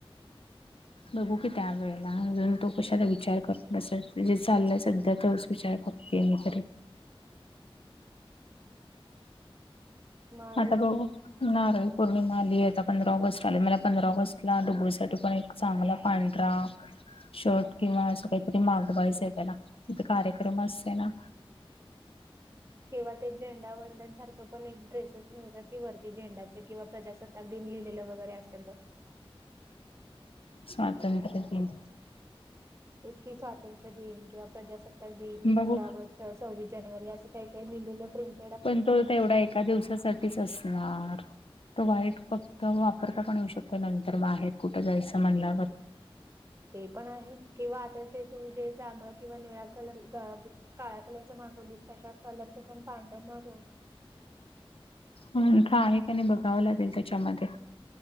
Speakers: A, on the right; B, on the left.
A: <inaudible>
B: बघू की त्या वेळेला अजून तो कशाला विचार करून बसत जे चाललंय सध्या तेच विचार करत तेन कररी
A: मग अजून
B: आताग ना र पौर्णिमा आली आहे आता पंधरा ऑगस्ट आली मला पंधरा ऑगस्ट ला डुबरीसाठी पण चांगला पांढरा शर्ट किंवा असं काहीतरी मागवायचं आहे त्याला इथ कार्यक्रम असते ना
A: किंवा ते झेंडा वंदनसारखं पण एक ड्रेसेस मिळतात की वरती झेंडाचे किंवा प्रजासत्ताक अगदी लिहिलेलं वगैरे असेल तर
B: स्वातंत्र्य दिन
A: इत कि स्वातंत्र्य दिन किंवा प्रजासत्ताक दिन
B: बघू
A: पंधरा ऑगस्ट अस सौवीस जानेवारी असं काही काही दिलेलं प्र
B: पण तो ते एवढा एका दिवसासाठीच असणार तर वाईट फक्त वापरता पण येऊ शकतो नंतर बाहेर कुठं जायचं म्हणला व
A: ते पण आहे किंवा आता ते तुझे जांगळ किंवा निळा्या कलर ग काळ्या कलरच मागवलीस तशा कलरच पण पांडव मागव
B: ख आहे का नाही बघावं लागेल त्याच्यामध्ये